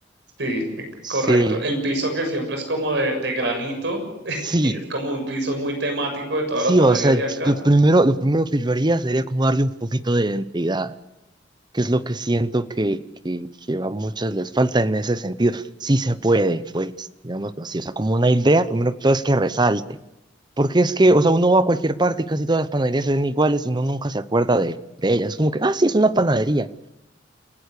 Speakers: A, on the right; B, on the right.
A: Sí, eh, correcto.
B: Sí,
A: El piso que siempre es como de, de granito, <laughs>
B: sí.
A: es como un piso muy temático de todas
B: Sí,
A: las panaderías
B: o sea,
A: de acá.
B: lo primero, lo primero que yo haría sería como darle un poquito de identidad, que es lo que siento que, que, que a muchas les falta en ese sentido. Sí se puede, pues, digámoslo así, o sea, como una idea, primero que todo es que resalte, porque es que, o sea, uno va a cualquier parte y casi todas las panaderías se ven iguales y uno nunca se acuerda de, de ellas, es como que, ah, sí, es una panadería.